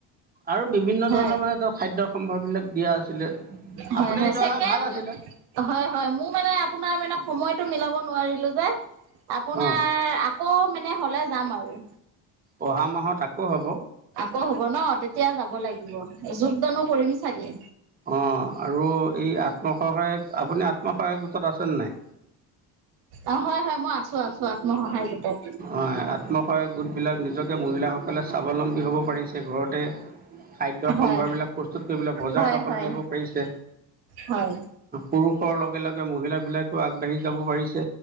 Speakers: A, on the right; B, on the right.
A: আৰু বিভিন্ন
B: হয়
A: ধৰণৰ মানে ত খাদ্যৰ সম্ভাৰ বিলাক দিয়া আছিলে।
B: হয়
A: আপুনি যোৱা
B: ছেকেণ্ড
A: হয় ভাল আছিলে।
B: হয় হয় মোৰ মানে আপোনাৰ মানে সময়তটো মিলাব নোৱাৰিলো যে। আপোনাৰ
A: অ
B: আকৌ মানে হলে যাম আৰু।
A: অহা মাহত আকৌ হ'ব।
B: আকৌ হব ন তেতিয়া যাব লাগিব যোগদানো কৰিম চাগে।
A: অ আৰু এই আত্মসহায়ক আপুনি আত্মসহায়ক গোটত আছেনে নাই?
B: অ হয় হয় মই আছো আছো আত্মসহায় গোটত
A: অ আত্মসহায়ক গোট বিলাক নিজকে মহিলাসকলে চাব স্বাৱলম্বী হ'ব পাৰিছে ঘৰতে খাদ্য
B: হয়
A: সম্ভাৰবিলাক প্ৰস্তুত কৰিবলৈ বজাৰ
B: হয়
A: দখল
B: হয়
A: কৰিব পাৰিছে
B: হয়
A: পুৰুষৰ লগে লগে মহিলা বিলাকো আগবাঢ়ি যাব পাৰিছে।